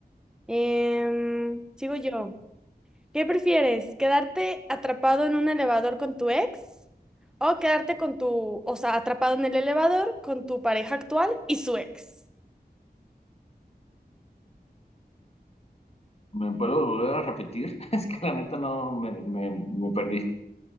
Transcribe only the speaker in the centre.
em, sigo yo. ¿Qué prefieres? ¿Quedarte atrapado en un elevador con tu ex? ¿O quedarte con tu, o sea, atrapado en el elevador con tu pareja actual y su ex?